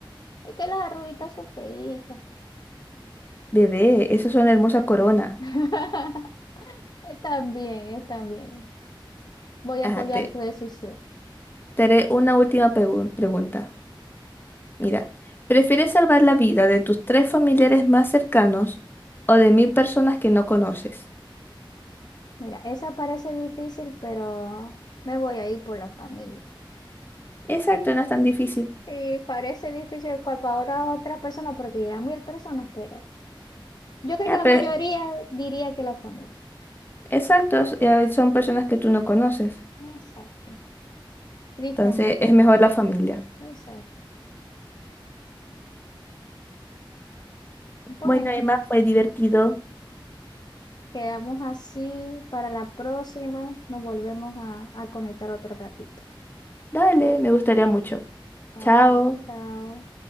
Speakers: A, on the left; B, on the left.
A: Es que las arruguitas son feitas.
B: Bebé, eso es una hermosa corona.
A: <laughs> Está bien, está bien. Voy a
B: Ajá,
A: apoyar
B: te,
A: tu decisión.
B: te haré una última pregun- pregunta. Mira, ¿prefieres salvar la vida de tus tres familiares más cercanos o de mil personas que no conoces?
A: Mira, esa parece difícil, pero me voy a ir por la familia.
B: Exacto, no es tan difícil.
A: Sí, parece difícil cual para otras personas porque llegan mil personas, pero yo creo
B: Ya,
A: que la
B: pero
A: mayoría diría que la familia.
B: exactos eh, son personas que tú no conoces.
A: Exacto. Tristemente.
B: Entonces es mejor la familia.
A: Exacto. Bueno,
B: Bueno, Emma, fue divertido.
A: quedamos así para la próxima. Nos volvemos a, a conectar otro ratito.
B: Dale, me gustaría mucho.
A: Dale,
B: Chao.
A: chao.